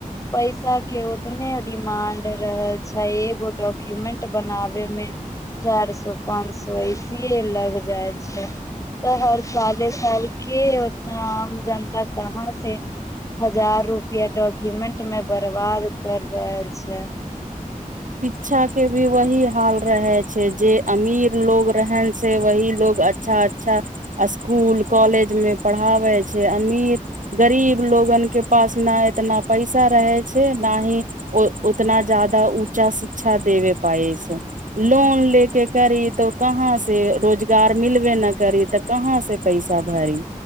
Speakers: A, on the left (about 20°); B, on the right (about 65°).
A: पैसा के उतने डिमांड रहल छै एगो डॉक्यूमेंट बनाबे मे चार सो पांच सए एसेही लग जाय छै तऽ हर साले सालके उतना आम जनता कहाँ से हजार रुपआ डॉक्यूमेंट मे बर्बाद कर रहल छै
B: शिक्षा के भी वही हाल रहे छै जे अमीर लोग रहन से वही लोग अच्छा अच्छा स्कुल कॉलेज में पढ़ाबे छै अमीर गरीब लोगन के पास ने इतना पैसा रहै छै ना ही ओ उतना जादा ऊँचा शिक्षा देवे पायै छै लोन लेके करी तो कहाँ से रोजगार मिलबे न करी तऽ कहाँ से पैसा भरी